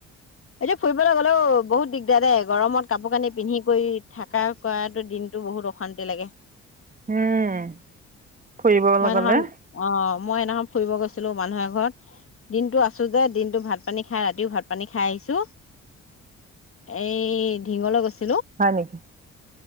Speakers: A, on the left; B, on the right.
A: এতিয়া ফুৰিবলৈ গলেও বহুত দিগদাৰ দে গৰমত কাপোৰ কানি পিন্ধি কৰি থাকা কৰাটো দিনটো বহুত অশান্তি লাগে।
B: উম। ফুৰিবলৈ
A: মই এদিনাখন
B: গলে
A: অ', মই এদিনাখন ফুৰিব গৈছিলো মানুহৰ এঘৰত দিনটো আছো যে দিনতো ভাত পানী খাই ৰাতিও ভাত পানী খাই আহিছো। এই ধিংওলে গৈছে।
B: হয় নেকি?